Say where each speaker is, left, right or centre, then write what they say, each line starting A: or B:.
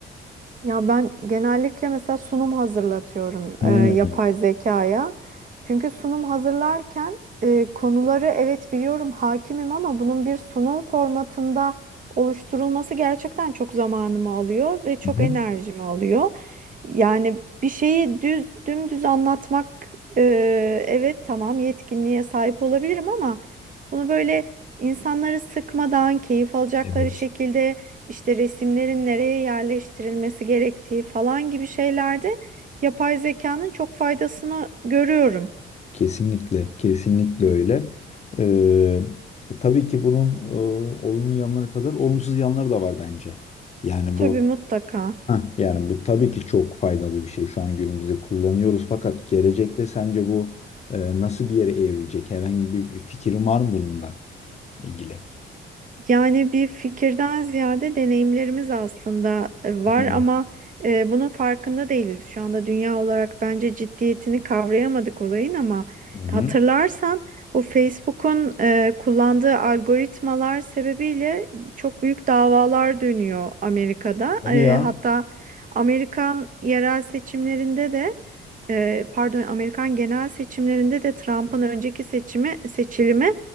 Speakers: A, on the right; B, on the left.
A: Ya ben genellikle mesela sunum hazırlatıyorum
B: Hmm.
A: e, yapay zekaya. Çünkü sunum hazırlarken e, konuları evet biliyorum hakimim ama bunun bir sunum formatında oluşturulması gerçekten çok zamanımı alıyor ve çok
B: Hı hı.
A: enerjimi alıyor. Yani bir şeyi düz dümdüz anlatmak e, evet tamam yetkinliğe sahip olabilirim ama bunu böyle insanları sıkmadan keyif alacakları
B: Evet.
A: şekilde işte resimlerin nereye yerleştirilmesi gerektiği falan gibi şeylerde yapay zekanın çok faydasını görüyorum.
B: Kesinlikle, kesinlikle öyle. Ee, tabii ki bunun e, olumlu yanları kadar olumsuz yanları da var bence. Yani
A: Tabii
B: bu
A: mutlaka.
B: heh, yani bu tabii ki çok faydalı bir şey. Şu an günümüzde kullanıyoruz fakat gelecekte sence bu e, nasıl bir yere evrilecek? Herhangi bir fikrin var mı bununla ilgili?
A: Yani bir fikirden ziyade deneyimlerimiz aslında e, var
B: Hı
A: ama e, bunun farkında değiliz. Şu anda dünya olarak bence ciddiyetini kavrayamadık olayın ama
B: hı.
A: hatırlarsan bu Facebook'un e, kullandığı algoritmalar sebebiyle çok büyük davalar dönüyor Amerika'da.
B: Hadi
A: E,
B: ya.
A: hatta Amerikan yerel seçimlerinde de e, pardon Amerikan genel seçimlerinde de Trump'ın önceki seçimi seçilimi